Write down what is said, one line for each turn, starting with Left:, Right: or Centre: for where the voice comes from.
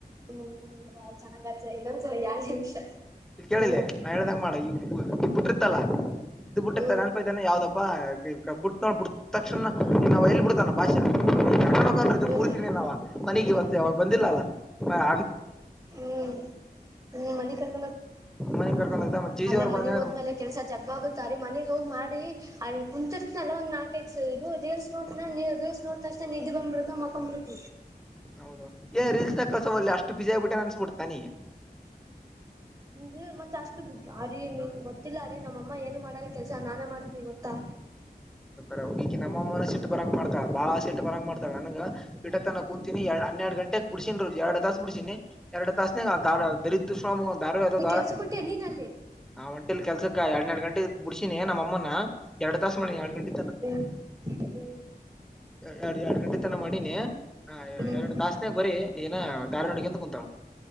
Right: ಹ್ಮ್ಳ ಚಣ ಕಚಲ್ಲ ಚರಿ ನಿಮಿಷ
Centre: ಇ ಕೇಳಿಲ್ಲ
Right: ಹ್ಮ್
Centre: ನಾ ಹೇಳ್ದಂಗ ಮಾಡ ಈ ಇ ಬಿಟ್ಟಿರ್ತಲ್ಲ ಇದು ಬಿಟ್ಟಿರ್ತಲ್ಲ
Right: ಹ್ಮ್
Centre: ಅನ್ಪಾಯತಾನೆ ಯಾವ್ದಪ್ಪ ಬಿಟ್ ನೋ ಬಿಟ್ಟ ತಕ್ಷಣವು ಎಲ್ಲಿ ಬಿಡತಲ್ಲ ಭಾಷಾಡ
Right: ಹ್ಮ್
Centre: ಕೂತೀನಿ ನ ಮನೆಗೆ ಇವ ಅವ ಬಂದಿಲ್ಲ ಅ
Right: ಹ್ಮ್ ಹ್ಮ್ ಮನ ಕರ್
Centre: ಮನೆಗ್ ಕರ್ಕೊಂಡ್ ಹೋಗ್ದ ಮತ್ ಜೀಜಿ
Right: ಅಲ್ಲ
Centre: ಅವ್ರು
Right: ಮನಗ್
Centre: ಬಂದಂದ್ರ
Right: ಹೋದ್ಮೇಲೆ ಕೆಲ್ಸ ಚಕ್ವಾಗುತ್ತಾರಿರೀ ಮನ ರೋಗ್ ಮಾಡಿ ಕುಂತರ್ತನಲ್ಲ ಒಂದ ನಾಕೈತ್ ಇದು ರೀಲ್ಸ್ ನೋಡ ನೀ ರೀಲ್ಸ್ ಸೋ ತಷ್ಟು ನಿಧಿ ಬ ಮೃತ ಮಕ್ಕಂಬೃತ
Centre: ಹೌದ ಏ ರೀಲ್ಸ್ ಕಲಸವಲ್ಲ ಅಷ್ಟು ಬಿಜಿ ಆಗ್ಬಿಟ್ಟ ಅನಡ್ತಾನಗ
Right: ನಿ ಮತ್ತತ್ ಅಷ್ಟು ಅರಿ ನಿನ್ ಗೊತ್ತಿಲ್ಲ ಅರಿೀ ನಮ್ಮಅಮ್ಮ ಏನು ಮಾಡ ಕೆಲಸ ನಾನೇ ಮಾಡ್ತೀನಿ ಗೊತ್ತಾ
Centre: ರೋಗಿ ನಮ್ಮಮ್ಮನ ಸಿಟ್ಟು ಬರಂಗ ಮಾಡತಳ ಬಾಳ ಸಿಟ್ಟ ಬರಂಗ ಮಾಡ್ತಳ ನನ ಗ ಬಿಟ್ಟ ತನ ಕುೂಂತೀಿನಿ ಎರ ಹನ್ನೆರಡು ಗಂಟೆಗೆಗ್ ಬಿುಸಿನಿದು ಎಡು ತಾಸ ಬುಡಸಿನಿ ಎರಡು ತಾಸನಾಗ ಆ ದರಿದು ಶ್ರಾಮು ದಾರ ದ
Right: ನೀ ಕೆಲ್ಸಕ್ ಹೊಂಟೆ ನೀನ್ ಅಲ್ಲಿ
Centre: ಒಂಟಿಲಿ ಕೆಲ್ಸಕ್ಕ ಎರಡ್ ನರಡು ಗಂಟೆ ಬುಡ್ಸಿನಿ ನಮ್ಮ ಮ್ಮ ಎರಡು ತಾಸ ಮಣೆ ಎರಡು ಗಂಟೆ
Right: ಹ್ಮ
Centre: ಎರಡು ಎರಡ್ ಗಂಟೆ ತನ ಮಾಡಿನಿ ಹ
Right: ಹ್ಮ್
Centre: ಎರಡು ತಾಸನಾಗ ಬರೀ ಏನ ದಾರ ನೋಡಗೆ ಎಂತ ಕುಂಂತಳ